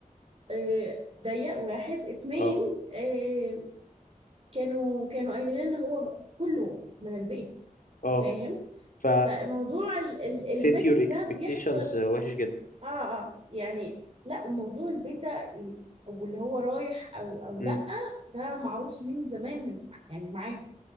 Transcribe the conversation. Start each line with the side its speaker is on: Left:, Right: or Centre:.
Right: آه ضيق واحد اتنين
Left: اه
Right: آه كانوا كانوا قايلين لنا هو كله من البيت
Left: اه
Right: فاهم
Left: ف
Right: فموضوع ال ال الميكس
Left: set your
Right: ده
Left: expectations
Right: بيحصل
Left: آه، وحش جدا
Right: اه اه يعني لا وموضوع البيت ده إيه، او اللي هو رايح او او لا
Left: امم
Right: ده معروف من زمان من يعني معاهم